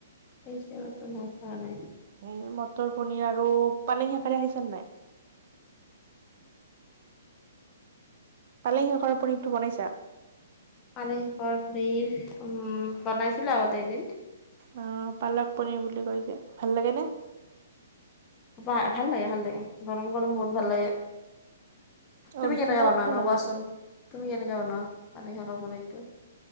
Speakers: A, on the left; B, on the right.
A: <unintelligible> নাই খোৱা নাই
B: এই মটৰ পনীৰ আৰু পালেং শাকেৰে খাইছানে নাই? পালেং শাকৰ পনীৰটো বনাইছা?
A: পালেং শাকৰ পনীৰ, উম, বনাইছিলো আগতে এদিন।
B: অ', পালক পনীৰ বুলি কয় যে, ভাল লাগে নে?
A: ভা-ভাল লাগে, ভাল লাগে, গৰম, গৰম
B: উম
A: বহুত
B: উম
A: ভাল লাগে।
B: অ
A: তুমি
B: ৰুটিৰ
A: কেনেকে
B: লগত
A: বনোৱানো
B: খাই ভাল
A: কোৱাচোন?
B: লাগিব
A: তুমি কেনেকে বনোৱা পালেং শাকৰ পনীৰটো?